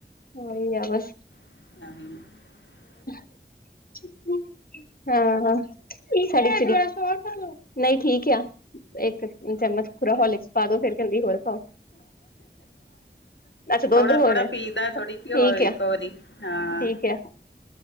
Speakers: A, on the left; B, on the left.
A: ਇਹ ਆ ਬਸ
B: <inaudible>
A: <unintelligible> ਨਹੀਂ ਠੀਕ ਆ ਇੱਕ ਚਮਚ ਪੂਰਾ ਹੋਲੀਕਸ ਪਾ ਦੋ ਫਿਰ ਕਹਿੰਦੀ ਹੋਰ ਪਾਓਲੋ ਦੁੱਧ
B: ਥੋੜਾ
A: ਹੋਰ
B: ਥੋੜਾ
A: ਹੈ,
B: ਪੀਦਾ ਥੋੜੀ ਕਿ
A: ਠੀਕ ਹੈ
B: ਇੱਕ ਵਾਰੀ ਹਾਂ
A: ਠੀਕ ਹੈ